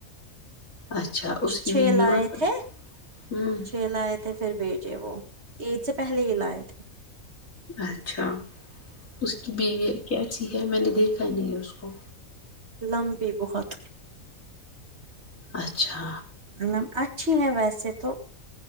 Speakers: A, on the left (about 70°); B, on the right (about 50°).
A: اچھا اس کی
B: چھ
A: بیوی
B: لائے
A: مت
B: تھے
A: ہوں
B: چھ لائے تھ تھے پھر بچے وہ عید سے پہلے ہی لائے تھے
A: اچھا اس کی بیوی کیسی ہے میں نے دیکھا نہیں ہے اس کو
B: لمبی بہت
A: اچھا
B: مم اچھی ہے ویسے تو